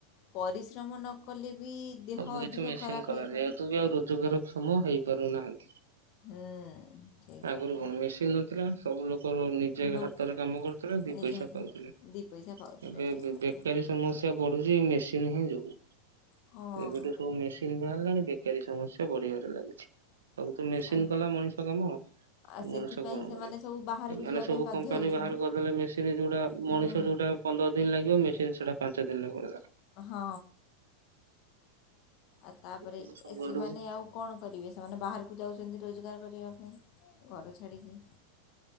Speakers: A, on the left; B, on the right.
A: ପରିଶ୍ରମ ନକଲେ ବି ଦେହ
B: ସବୁ କିଛି
A: ଅଧିକ
B: ମେସିନ
A: ଖରାପ
B: କଲା
A: ହେଇପଡ଼େ।
B: ଯେହେତୁ ବି ଆଉ ରୋଜଗାରକ୍ଷମ ହେଇ କରନାହାନ୍ତି,
A: ହୁଁ ଠିକ୍ କଥା
B: ଆଗରୁ କଣ ମେସିନ୍ ନଥିଲା। ସବୁ ଲୋକ ର ନିଜେ
A: ଲୋକ୍
B: ହାତରେ କାମ କରୁଥିଲେ ଦି
A: ନିଜ
B: ପଇସା
A: ହାତରେ
B: ପାଉଥିଲେ
A: ଦୁଇ ପଇସା ପାଉଥିଲେ
B: ଏବେ
A: ଠିକ୍ କଥା।
B: ବେକାରୀ ସମସ୍ୟା ବଢୁଛି ମେସିନ୍ ହିଁ ଯଉଁ।
A: ହଁ
B: ଏବେଠୁ ସବୁ ମେସିନ ବା ିଲଣି ବେକାରୀ ସମସଯ୍ୟା ବଢିବାରେ ଲାଗୁଚି। ସବୁ ତ ମେସିନ
A: ଆ
B: କଲା ମଣିଷ କାମ,
A: ଆଉ ସେଥିପାଇଁ
B: ମଣିଷ କଣ
A: ସେମାନେ
B: କ ସେମାନେ
A: ସବୁ ବାହାରକୁ ଯିବା ପାଇଁ
B: ସବୁ
A: ବାଧ୍ୟ
B: କମ୍ପାନୀ
A: ହେଉଛନ୍ତି।
B: ବାହାର କରିଦେଲେ ମେସିନ ଯୋଉଟା
A: ହୁଁ
B: ମଣିଷ ଯୋଉଟା ପନ୍ଦର ଦିନ ଲାଗିବ ମେସିନ ସେଟା ପାଞ୍ଚ ଦିନ ଲୋ
A: ହଁ। ଆଉ ତାପରେ
B: ଦେଖିକି
A: ଏ
B: ସବୁ
A: ସେମାନେ
B: ଆଡକୁ
A: ଆଉ କଣ କରିବେ ସେମାନେ ବାହା କୁ ଯାଉଛନ୍ତି ରୋଜଗାର କରିବା ପାଇଁ। ଘର ଛଡ଼ିକି।